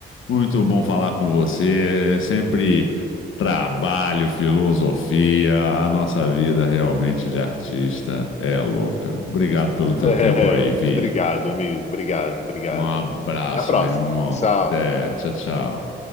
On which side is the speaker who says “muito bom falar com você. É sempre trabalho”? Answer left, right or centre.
Left